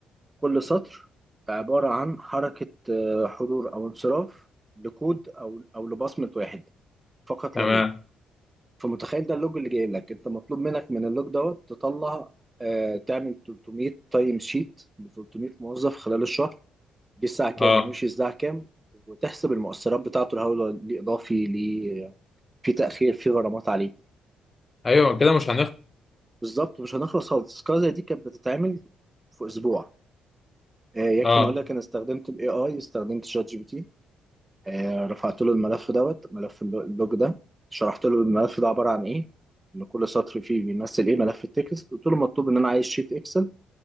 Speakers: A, on the right; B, on the left.
A: كل سطر عبارة عن حركة آه، حضور أو انصراف لكود أو أو لبصمة واحد فقط
B: تمام
A: لا غير فمتخيل ده اللوج اللي جاي لك أنت مطلوب منك من اللوج دوت تطلع آه، تعمل 300 تايم شيت ب 300 موظف خلال الشهر جه الساعه كام
B: اه
A: ومشي الساعه كام وتحسب المؤثرات بتاعته الهوله ليه اضافي ليه في تاخير في غرامات عليه
B: ايوه كده مش هنخ
A: فبالظبط مش هنخلص خالص تذكره زي دي كانت بتتعمل في اسبوع آه، يكفي
B: اه
A: نقول لك انا استخدمت الاي اي استخدمت شات جي بي تي آه، رفعت له الملف دوت ملف اللو- اللوج ده شرحت له الملف ده عباره عن ايه ان كل سطر فيه بيمثل ايه ملف التكست قلت له مطلوب ان انا عايز شيت اكسل